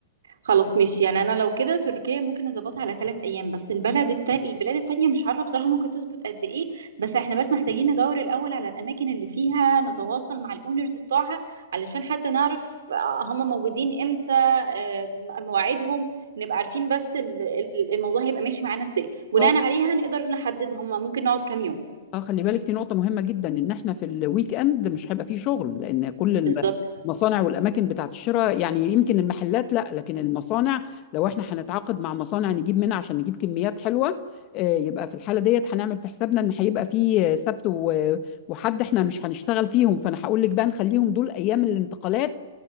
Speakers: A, on the right; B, on the left.
A: خلاص ماشي يعني انا لو كده تركيا ممكن نظبطها على ثلاث ايام بس البلد التا... البلاد التانية مش عارفة بصراحة ممكن تظبط قد ايه بس احنا بس محتاجين ندور الاول على الاماكن اللي فيها نتواصل مع الاونرز بتوعها علشان حتى نعرف آه، هم موجودين امتى آه، مواعيدهم نبقى عارفين بس ال- ال- الموضوع هيبقى ماشي معانا ازاي بناء
B: اه
A: عليها نقدر نحدد هم ممكن نقعد كام يوم
B: اه خلي بالك في نقطة مهمة جدا ان احنا في الويك اند مش هيبقى فيه شغل لان كل
A: بالظبط
B: المصانع والاماكن بتاعت الشراء يعني يمكن المحلات لا لكن المصانع لو احنا هنتعاقد مع مصانع نجيب منها عشان نجيب كميات حلوة آه، يبقى في الحالة ديت هنعمل في حسابنا ان هيبقى فيه سبت و- وحد احنا مش هنشتغل فيهم فانا هقول لك بقى نخليهم دول ايام الانتقالات